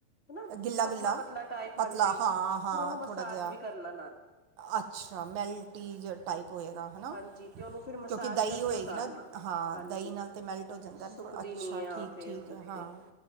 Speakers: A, on the left; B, on the right.
A: ਹਨਾ
B: ਗਿੱਲਾ-ਗਿੱਲਾ,
A: ਪਤਲਾ-ਪਤਲਾ ਟਾਈਪ
B: ਪਤਲਾ
A: ਹਾਂਜੀ।
B: ਹਾਂ-ਹਾਂ
A: ਫਿਰ ਉਹਨੂੰ ਮਸਾਜ
B: ਥੋੜ੍ਹਾ ਜਿਹਾ।
A: ਵੀ ਕਰਨਾ ਨਾਲ
B: ਅੱਛਾ, ਮੈਲਟੀ ਜਾ ਟਾਈਪ ਹੋਏਗਾ ਹਨਾ,
A: ਹਾਂਜੀ ਤੇ ਉਹਨੂੰ ਫਿਰ ਮਸਾਜ
B: ਕਿਉਂਕਿ ਦਹੀਂ
A: ਕਰਕੇ
B: ਹੋਏਗੀ।
A: ਉਤਾਰਨਾ।
B: ਹਾਂ,
A: ਹਾਂਜੀ
B: ਦਹੀਂ ਨਾਲ ਤਾਂ ਮੈਲਟ ਹੋ ਜਾਂਦਾ
A: ਸੁੱਕਦੀ
B: ਨਾ ਥੋੜਾ ਅੱਛਾ,
A: ਨੀ ਆ
B: ਠੀਕ-ਠੀਕ
A: ਫੇਸ ਦੇ
B: ਐ
A: ਉੱਤੇ
B: ਹਾਂ।